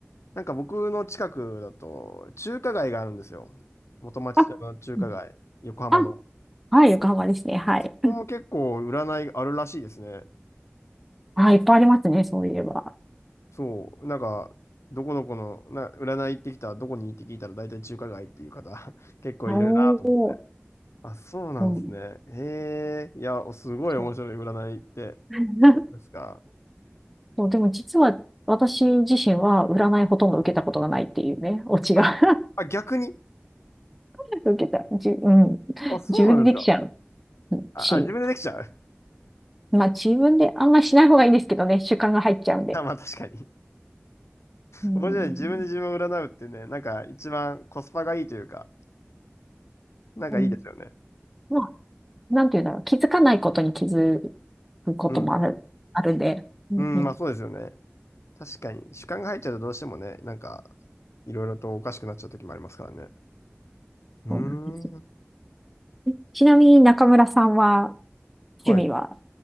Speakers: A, on the left; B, in the centre.
A: なんか僕の近くだと中華街があるんですよ。元町、
B: あ、
A: あの中華街、
B: うん
A: 横浜の。
B: あ、はい、横浜ですね。はい。
A: あそこも結構占いあるらしいですね。
B: あ、いっぱいありますね、そういえば。
A: そう、なんか、どこどこの、な、占い行ってきた、どこに行って聞いたら大体中華街っていう方、<laughs> 結構いるなと思って。
B: おー。
A: あ、そうなんですね。
B: うん。
A: へえ、いや、おすごい面白い占いって、
B: そう。<laughs>
A: ですか。
B: そう、でも実は私自身は占いほとんど受けたことがないっていうね、オチが
A: あ、あ、逆に。
B: <laughs> 受けた。じ、うん。
A: あ、そうなんですか。
B: 自分でできちゃう
A: あ、
B: し、
A: あ、自分でできちゃう。<laughs>
B: まあ自分であんましない方がいいですけどね、習慣が入っちゃうんで。
A: あ、まあ確かに。
B: うん。
A: 面白い。自分で自分を占うってね、なんか一番コスパがいいというか、なんかいいですよね。
B: うん。まあ、なんて言うんだろう。気づかないことに気づくこともある、
A: うん。
B: あるんで。うんうん。
A: うん、まあそうですよね。確かに。主観が入っちゃうとどうしてもね、なんか、いろいろとおかしくなっちゃう時もありますからね。うー
B: そうなんですよ
A: ん。
B: ね。えちなみに中村さんは、
A: はい。
B: 趣味は